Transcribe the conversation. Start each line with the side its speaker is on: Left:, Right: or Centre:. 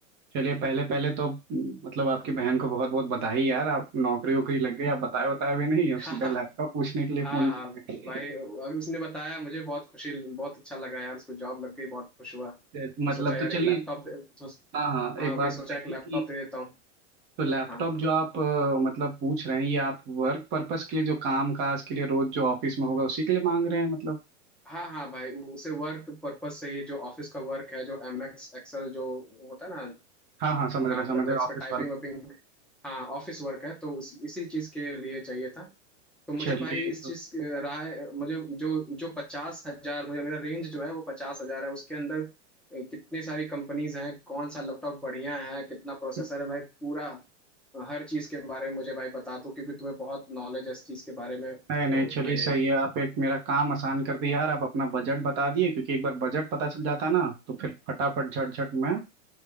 Right: चलिए पहले पहले तो म, मतलब आपकी बहन को बहुत बहुत बधाई यार आप नौकरी वोकरी लग गई आप बताए बताए भी नहीं अब
Centre: <laughs> हाँ
Right: सीधा लैपटॉप पूछने के लिए
Centre: हाँ
Right: फोन किए
Centre: भाई अभी उसने बताया मुझे बहुत खुशी बहुत अच्छा लगा यार उसको जॉब लग गई बहुत खुश हुआ तो
Right: <laughs> मतलब
Centre: सोचा यार
Right: तो
Centre: एक
Right: चलिए
Centre: लैपटॉप दे- तो,
Right: हाँ हाँ
Centre: हाँ
Right: एक
Centre: वही
Right: बात
Centre: सोचा
Right: बताइए
Centre: एक लैपटॉप
Right: कि
Centre: दे देता हूँ
Right: तो लैपटॉप
Centre: हाँ
Right: जो आप अ, मतलब पूछ रहे हैं ये आप वर्क पर्पस के लिए जो काम काज के लिए रोज जो ऑफिस में होगा उसी के लिए मांग रहे हैं मतलब
Centre: हाँ हाँ भाई वो- उसे वर्क पर्पस से ये जो ऑफिस का वर्क है जो एम एक्स एक्सेल जो होता है ना
Right: हाँ हाँ समझ
Centre: काम
Right: रहे हैं समझ
Centre: करना
Right: रहे
Centre: जिसपे
Right: हैं ऑफिस
Centre: टाइपिंग
Right: वाला
Centre: वाइपिंग हाँ ऑफिस वर्क है तो उस, इसी चीज के लिए चाहिए था तो मुझे
Right: चलिए
Centre: भाई इस
Right: तो
Centre: चीज के- रहा है मुझे जो जो पचास हजार मुझे मेरा रेंज जो है वो पचास हजार है उसके अंदर अ, कितनी सारी कंपनीज हैं कौन सा लैपटॉप बढ़िया है कितना प्रोसेसर
Right: <laughs>
Centre: है भाई पूरा अ, हर चीज के बारे में मुझे भाई बता दो क्योंकि तुम्हें बहुत नॉलेज है इस चीज के बारे में तो
Right: नहीं नहीं चलिए
Centre: मैं यही
Right: सही है आप एक मेरा काम आसान कर दिए यार आप अपना बजट बता दिए क्योंकि एक बार बजट पता चल जाता है ना तो फिर फटाफट झटझट मैं